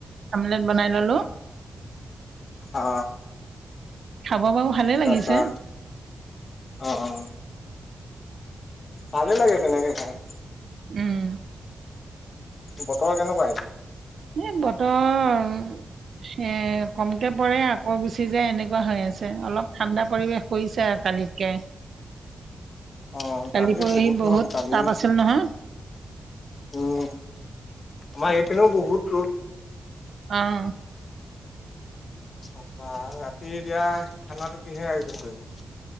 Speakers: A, on the right; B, on the left.
A: আমলেট বনাই ললোঁ
B: অ
A: খাব বাৰু ভালে লাগিছে,
B: তাপা অ অ ভালে লাগে তেনেকে খাই
A: উম।
B: বতৰ কেনেকুৱা এতিয়া?
A: এ বতৰ এ কমকে পৰে আকৌ গুচি যায় এনেকুৱা হৈ আছে। অলপ ঠাণ্ডা পৰিৱেশ কৰিছে আৰু কালিতকে।
B: অ
A: কালি পৰহি
B: গৰম
A: বহুত
B: কালি
A: তাপ আছিল নহয়।
B: উম আমাৰ এইপিনেও বহুত ৰ'দ।
A: অ'।
B: তাৰপা ৰাতি এতিয়া খানাটো কিহে আয়োজন কৰিব?